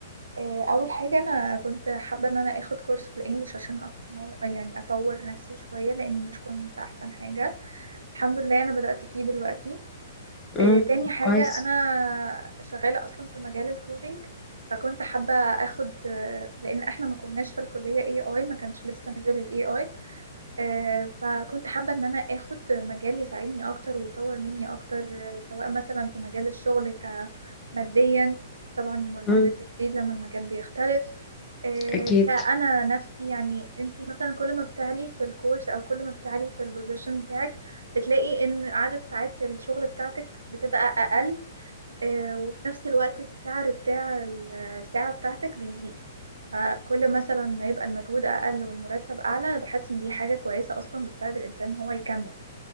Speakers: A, on the right; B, on the left.
A: آه اول حاجه انا كنت حابه ان انا اخد كورس في الانجليش عشان أط- مو- يعني اطور نفسي شويه لاني مش كنت احسن حاجه الحمد لله انا بدات فيه دلوقتي
B: امم
A: آه تاني حاجه
B: كويس
A: انا شغاله اصلا في مجال الكودينج فكنت حابه اخد آه، لان احنا ما كناش في الكليه اي اي ما كانش لسه نزل الاي اي آه، فكنت حابة إن أنا آخد مجال يساعدني أكتر ويطور مني أكتر آه، سواء مثلا في مجال الشغل ك- ماديا طبعا المرتبات
B: امم
A: بتزيد لما المجال بيختلف آه،
B: اكيد
A: كأنا نفسي يعني أنتي مثلا كل ما بتعلي في الكورس أو كل ما بتعلي في البوزيشن بتاعك بتلاقي إن عدد ساعات الشغل بتاعتك بتبقى أقل آه، وفي نفس الوقت السعر بتاع الساعة بتاعتك بيزيد فكل مثلا ما يبقى المجهود أقل والمرتب أعلى بحس إن دي حاجة كويسة أصلا بتساعد الإنسان إن هو يكمل